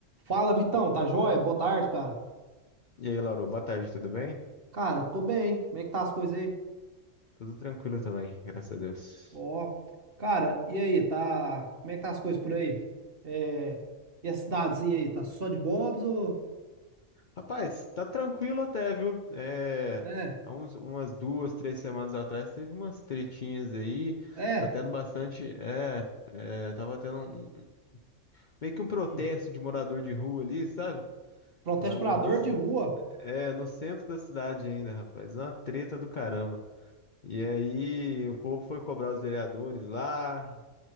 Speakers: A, on the right (about 50°); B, on the left (about 50°).
A: Fala, Vitão, tá joia? Boa tarde, cara.
B: E aí, Lauro, boa tarde, tudo bem?
A: Cara, tô bem. Como é que tá as coisas aí?
B: Tudo tranquilo também, graças a Deus.
A: Ó, cara, e aí, tá? Como é que tá as coisas por aí? É... E a cidadezinha aí, tá só de bobs ou...
B: Rapaz, tá tranquilo até, viu? É,
A: É,
B: há uns, umas duas, três semanas atrás teve umas tretinhas aí,
A: é.
B: tá tendo bastante. É, é, tava tendo um- meio que um protesto
A: Hum.
B: de morador de rua ali, sabe?
A: Protesto
B: Lá
A: pra
B: no,
A: dor
B: no,
A: de rua.
B: é, no centro da cidade ainda, rapaz. Uma treta do caramba. E aí, o povo foi cobrar os vereadores lá,